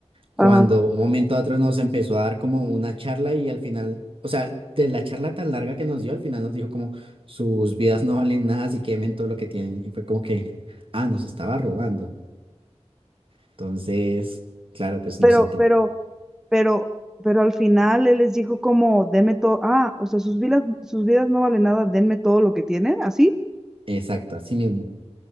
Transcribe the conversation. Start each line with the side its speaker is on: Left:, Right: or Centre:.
Right: cuando
Centre: ajá.
Right: un momento a otro nos empezó a dar como una charla y al final, o sea, de la charla tan larga que nos dio, al final nos dijo como sus vidas no valen nada, así que quemen todo lo que tienen. Y fue como que, ah, nos estaba robando. Entonces, claro, pues nos
Centre: Pero,
Right: enteramos.
Centre: pero, pero, pero al final él les dijo como, denme todo, ah, o sea, sus vidas, sus vidas no valen nada, denme todo lo que tienen, ¿así?
Right: Exacto, así mismo.